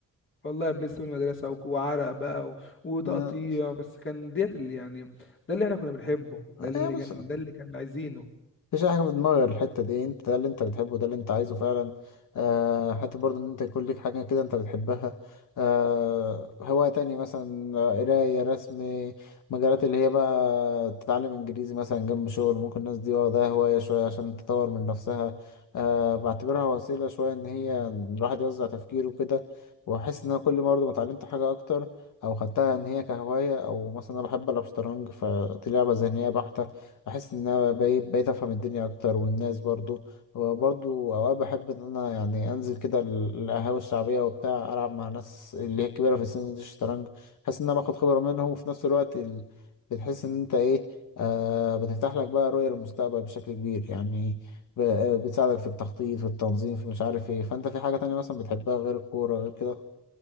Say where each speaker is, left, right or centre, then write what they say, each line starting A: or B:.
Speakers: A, on the left; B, on the left.
A: والله بلس من المدرسة وك- وعرق بقى و- وتقطيع
B: اه
A: بس كان ديت اللي يعني ده اللي احنا كنا بنحبه
B: آه،
A: ده اللي
B: يا باشا
A: كان ده اللي كان عايزينه
B: مفيش اي حاجه في دماغي غير الحته دي انت ده اللي انت بتحبه ده اللي انت عايزه فعلا آه حتى برضه ان انت يكون ليك حاجه كده انت بتحبها آه هوايه تاني مثلا آه، قرايه رسم مجالات اللي هي بقى تتعلم انجليزي مثلا جنب شغل ممكن الناس دي واخداها هوايه شويه عشان تطور من نفسها آه بعتبرها وسيله شويه ان هي الواحد يوزع تفكيره كده واحس ان انا كل ما برضه ما اتعلمت حاجه اكتر او خدتها ان هي كهوايه او مثلا انا بحب العب شطرنج فدي لعبه ذهنيه بحته بحس ان انا بقيت بقيت افهم الدنيا اكتر والناس برضو وبرضو اوقات بحب ان انا يعني انزل كده ال- القهاوي الشعبيه وبتاع العب مع ناس اللي هي كبيره في السن دي الشطرنج بحس ان انا باخد خبره منهم وفي نفس الوقت ال... بتحس ان انت ايه آه بتفتح لك بقى رؤيه للمستقبل بشكل كبير يعني ب... آه، بتساعدك في التخطيط في التنظيم في مش عارف ايه فانت في حاجه تانية مثلا بتحبها غير الكوره غير كده